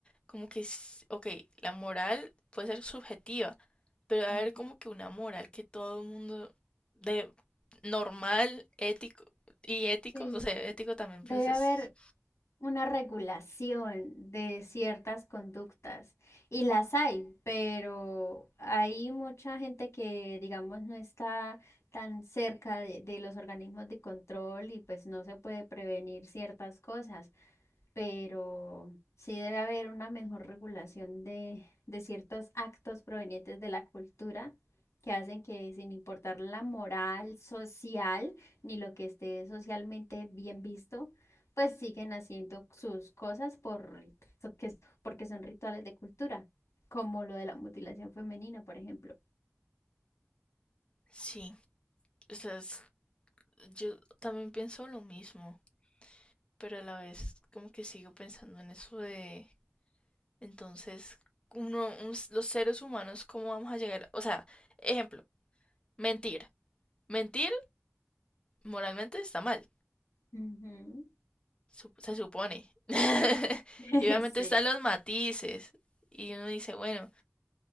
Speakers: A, on the left (about 20°); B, on the left (about 85°).
A: Como que, s- ok, la moral puede ser subjetiva pero debe
B: Ujú.
A: haber como que una moral que todo el mundo de normal, ético y ético,
B: Sí,
A: o sea, ético también
B: debe
A: pues es
B: haber una regulación de ciertas conductas y las hay, pero hay mucha gente que, digamos, no está tan cerca de, de los organismos de control y pues no se puede prevenir ciertas cosas pero sí debe haber una mejor regulación de, de ciertos actos provenientes de la cultura que hacen que sin importar la moral social ni lo que esté socialmente bien visto, pues siguen haciendo sus cosas por, so- que- porque son rituales de cultura, como lo de la mutilación femenina, por ejemplo.
A: sí, o sea, es- yo también pienso lo mismo, pero a la vez como que sigo pensando en eso de entonces uno uns- los seres humanos cómo vamos a llegar, o sea, ejemplo, mentir. Mentir moralmente está mal,
B: Ujú.
A: sup- se supone. <laughs>
B: <laughs>
A: Y obviamente
B: Sí,
A: están los matices y uno dice, bueno,